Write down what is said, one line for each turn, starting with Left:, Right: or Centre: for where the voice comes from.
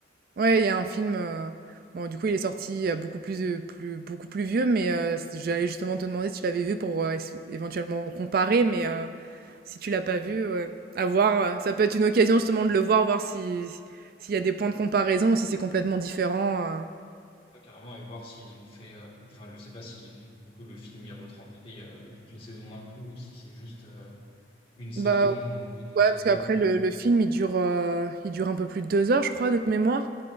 Right: Ouais, il y a un film, heu, bon du coup il est sorti, heu, beaucoup plus, heu, plus beaucoup plus vieux mais heu, c j'allais justement te demander si tu l'avais vu pour, heu, ess éventuellement comparer mais heu, si tu l'as pas vu, ouais, à voir, heu, ça peut être une occasion justement de le voir, voir si si s'il y a des points de comparaison ou si c'est complètement différent, heu.
Left: Pas carrément et voir s'ils ont fait euh, enfin je sais pas si du coup le film il retranscrit euh, toutes les saisons d'un coup ou si c'est juste euh, une saison
Right: Bah,
Left: ou un bout d'une
Right: ouais,
Left: saison
Right: parce qu'après
Left: je-
Right: le le film il dure, heu, il dure un peu plus de deux heures je crois de mémoire.